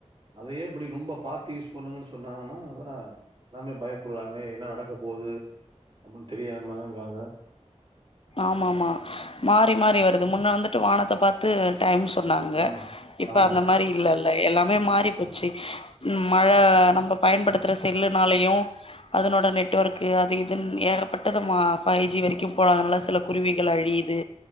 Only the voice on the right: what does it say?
அதையே இப்படி ரொம்ப பாத்து யூஸ் பண்ணுங்கன்னு சொன்னாங்கன்னா அதா எல்லாமே பயப்படுறாங்க என்ன நடக்கப் போது ஒன்னு தெரியாம இருக்காங்க
ஆமா,
ஆமா,